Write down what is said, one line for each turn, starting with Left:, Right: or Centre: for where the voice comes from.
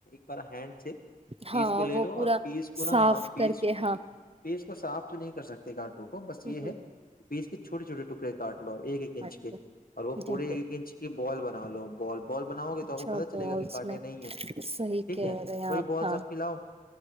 Left: پر ہینڈ سے
Right: ہاں
Left: پیس کو لے
Right: وہ
Left: لو
Right: پورا
Left: اور پیس کو نا
Right: صاف
Left: پیس
Right: کر کے ہاں
Left: پیس کو تو صاف تو نہیں کر سکتے گٹو وہ بس
Right: ہوں،
Left: یہ
Right: ہوں،
Left: ہے بیس کے چھٹےھوے ٹکڑےار ایک ایکچ
Right: ہاں،
Left: کے اور وہ پورے
Right: جی جی
Left: ایک انچ کی بال بنا لو بال بال بناؤ گے
Right: اچھا
Left: تو آپ کو پت چلے
Right: بالس
Left: گا کہ کانٹے
Right: میں
Left: نہیں ہے
Right: صحیح
Left: ٹھیک
Right: کہہ
Left: ہے
Right: رہے ہیں
Left: وہی بالس
Right: ہاں
Left: آپ کھلاؤ